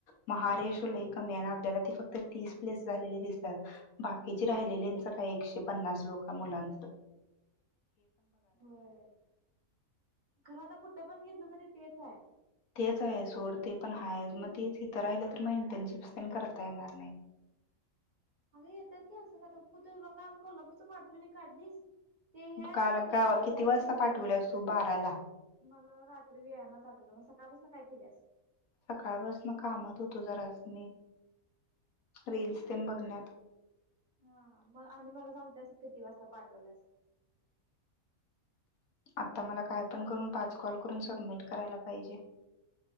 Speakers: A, on the left (about 80°); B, on the right (about 40°).
A: महारेश लेखम
B: हा
A: या ना आपल्याला त फक्त. तर तीस प्लेस झालेली दिसतात बाकीचे राहिलेलीच काय एकशे पन्नास लोक मुलांत.
B: बर खर आता कुठं पण घेतलं तरी तेच हाय.
A: तेच आहे सोड ते पण हाय मग तेच इथं राहिलं तर मग इंटर्नशिप पन करता येणार नाही. रिकामा ऑडिओ
B: अगं येतात की असं का कु तेला काल कोल्हापूरचं पाठपरी काढलीस? ते हे आहे ब
A: काल
B: त्यातलं
A: काय
B: बाजाच
A: वा- किती वाजता
B: का कुठलं?
A: पाठवल्यास तू बाराला
B: मला रात्री वेळ नाच आठवलं मग सकाळपासून काय केल्यास?
A: सकाळ बस ना कामात होतो जरास मी. ऱे तेन बगण्यात.
B: हा मग आणि मला सांगते अस किती वाजता पाठवलंस?
A: आता मला काय पण करून पाच कॉल करून सबमिट करायला पाहिजे.